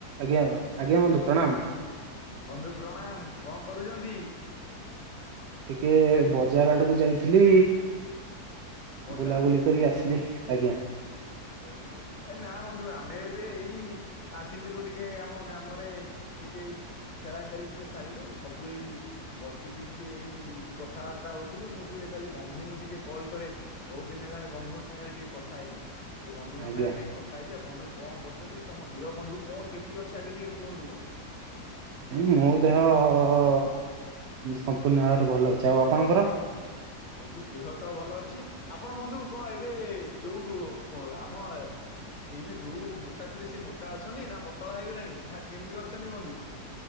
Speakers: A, on the right (about 70°); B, on the left (about 50°).
A: ଆଜ୍ଞା ଆଜ୍ଞା ବନ୍ଧୁ ପ୍ରଣାମ।
B: ବନ୍ଧୁ ପ୍ରଣାମ କଣ କରୁଚନ୍ତି?
A: ଟିକେ ବଜାର ଆଡକୁ ଯାଇଥିଲି
B: ବଜାରକୁ
A: ବୁଲାବୁଲି
B: ଯାଇଥିଲେ
A: କରିକି ଆସିଲି। ଆଜ୍ଞା।
B: ଓହୋ ଏ ନା ବନ୍ଧୁ ଆମେ ଏବେ ଏଇ ଆସିଥିଲୁ ଟିକେ ଆମ ଗ୍ରାମରେ ଟିକେ ଖେଳା ଖେଳି ଟିକେ ସାରିଲୁ ସବୁ ଏଇ ବସିକି ଟିକେ ଏଇ କଥାବାର୍ତ୍ତା ହଉଥିଲୁ ମୁଁ କଲି ବନ୍ଧୁଙ୍କୁ ଟିକେ କଲ୍ କରେ। ବହୁତ ଦିନ ହେଲାଣି ବନ୍ଧୁଙ୍କ ସାଙ୍ଗରେ ଟିକେ କଥା ହେଇନି। ଟିକେ ବନ୍ଧୁଙ୍କ
A: ଆଜ୍ଞା
B: ସାଙ୍ଗରେ ଟିକେ କଥା ହେଇଯିବା ବନ୍ଧୁ କଣ କରୁଚନ୍ତି ତମ ଦିଅ ବନ୍ଧୁ କଣ କେମିତି ଅଛନ୍ତି ଆଗେ ଟିକେ କୁହନ୍ତୁ ମତେ?
A: ମୋ ଦେହ ହ ସମ୍ପୂର୍ଣ୍ଣ ଭାବରେ ଭଲ ଅଛି ଆଉ ଆପଣଙ୍କର?
B: ବନ୍ଧୁ ଦେହ ତ ଭଲ ଅଛି ଆପଣ ବନ୍ଧୁ କଣ ଏବେ ଯୋଉ କ ଆମ ଏଇନେ ଯୋଉ ମୋଟା ଥିଲେ ସେ ମୋଟା ଅଛନ୍ତି ନା ପତଳା ହେଇଗଲେଣି ନା କେମତି ଅଛନ୍ତି ବନ୍ଧୁ?